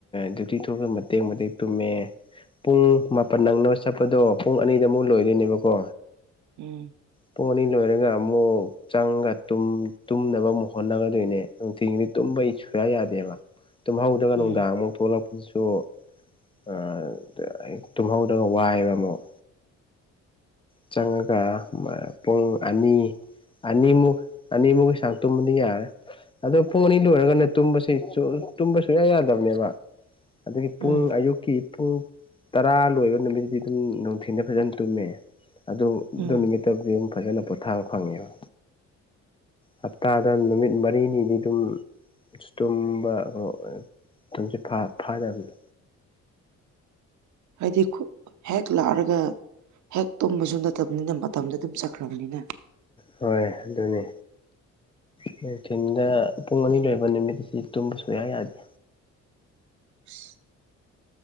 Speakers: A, on the left; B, on the right.
A: ꯗ꯭ꯌꯨꯇꯤ ꯊꯣꯛꯂꯛꯄꯁꯨ ꯃꯇꯦꯛ ꯃꯇꯦꯛ ꯇꯨꯝꯃꯦ ꯄꯨꯡ ꯃꯥꯄꯟ ꯅꯪꯅꯕ ꯆꯠꯄꯗꯣ ꯄꯨꯡ ꯑꯅꯤꯗꯃꯨꯛ ꯂꯣꯏꯗꯣꯏꯅꯦꯕꯀꯣ
B: ꯎꯝ
A: ꯄꯨꯡ ꯑꯅꯤ ꯂꯣꯏꯔꯒ ꯑꯃꯨꯛ ꯆꯪꯒ ꯇꯨꯝ ꯇꯨꯝꯅꯕ ꯑꯃꯨꯛ ꯍꯣꯠꯅꯒꯗꯣꯏꯅꯦ ꯅꯨꯡꯊꯤꯒꯤꯗꯤ ꯇꯨꯝꯕ ꯁꯨꯌꯥ ꯌꯥꯗꯦꯕ ꯇꯨꯝꯍꯧꯗꯒ ꯅꯨꯡꯗꯪ
B: ꯎꯝ
A: ꯑꯃꯨꯛ ꯄꯨꯂꯞ ꯁꯨ ꯑꯥ ꯇꯨꯝꯍꯧꯗꯒ ꯋꯥꯏꯑꯕ ꯑꯃꯨꯛ ꯆꯪꯉꯒ ꯄꯨꯡ ꯑꯅꯤ ꯑꯅꯤꯃꯨꯛ ꯑꯅꯤꯃꯨꯛ ꯁꯥꯡꯅ ꯇꯨꯝꯃꯗꯤ ꯌꯥꯔꯦ ꯑꯗꯣ ꯐꯣꯟ ꯑꯅꯤ ꯂꯣꯏꯔꯒꯅ ꯇꯨꯝꯕꯁꯦ ꯇꯨꯝꯕ ꯁꯨꯌꯥ ꯌꯥꯗꯕꯅꯦꯕ ꯑꯗꯨꯒꯤ ꯄꯨꯡ
B: ꯎꯝ
A: ꯑꯌꯨꯛꯀꯤ ꯄꯨꯡ ꯇꯔꯥ ꯂꯣꯏꯕ ꯅꯨꯃꯤꯠꯇꯗꯤ ꯑꯗꯨꯝ ꯅꯤꯡꯊꯤꯅ ꯐꯖꯅ ꯇꯨꯝꯃꯦ ꯑꯗꯨ ꯑꯗꯨ
B: ꯎꯝ
A: ꯅꯨꯃꯤꯠꯇꯕꯨꯗꯤ ꯑꯗꯨꯝ ꯐꯖꯅ ꯄꯣꯊꯥꯕ ꯐꯪꯉꯦꯕ ꯍꯞꯇꯥꯗ ꯅꯨꯃꯤꯠ ꯃꯔꯤꯅꯤꯗꯤ ꯁꯨꯝ ꯇꯨꯝꯕ ꯀ ꯇꯨꯝꯁꯦ ꯐꯥꯗꯕꯅꯤ
B: ꯍꯥꯏꯗꯤ ꯍꯦꯛ ꯂꯥꯛꯑꯒ ꯍꯦꯛ ꯇꯨꯝꯕꯁꯨ ꯅꯠꯇꯕꯅꯤꯅ ꯃꯇꯝꯗ ꯑꯗꯨꯝ ꯆꯠꯈ꯭ꯔꯕꯅꯤꯅ
A: ꯍꯣꯏ ꯑꯗꯨꯅꯤ ꯅꯨꯡꯊꯤꯤꯟꯗ ꯄꯨꯡ ꯑꯅꯤ ꯂꯣꯏꯕ ꯅꯨꯃꯤꯠ ꯑꯁꯤ ꯇꯨꯝꯕ ꯁꯨꯌꯥ ꯌꯥꯗꯦ
B: <inaudible>